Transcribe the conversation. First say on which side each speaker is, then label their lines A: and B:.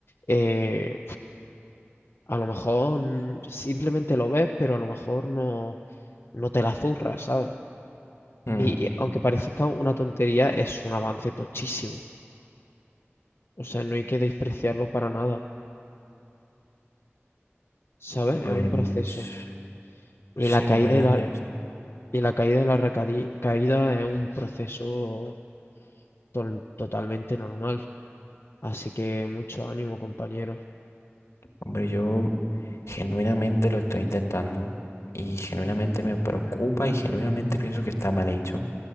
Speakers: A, on the left; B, on the left.
A: eh, a lo mejor mm, simplemente lo ves, pero a lo mejor no, no te la zurras, ¿sabes?
B: Mm,
A: Y, y aunque parezca una tontería, es un avance tochísimo. O sea, no hay que despreciarlo para nada. ¿sabes?
B: pues,
A: Es un proceso.
B: pues
A: Y la
B: sí,
A: caída
B: compañero,
A: y la,
B: tío. o sea,
A: y la caída y la recadi- caída es un proceso tol- totalmente normal. Así que mucho ánimo, compañero.
B: Hombre, yo Genuinamente lo estoy intentando y genuinamente me preocupa y genuinamente pienso que está mal hecho